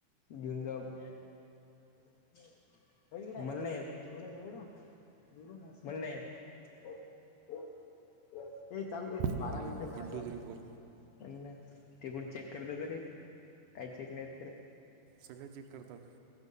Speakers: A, on the left; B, on the right.
A: घेऊन जावा <inaudible> मला नाही येत एवढं जवढं मला नाही येत <unintelligible> हे चालू दे
B: हॅलो
A: बारा
B: हॅलो
A: मिनटं करायच
B: वन टू
A: आपल्याला
B: थ्री फोर
A: ते कुठं चेक करतात रे काही चेक नाहीत करत.
B: सगळं चेक करतात.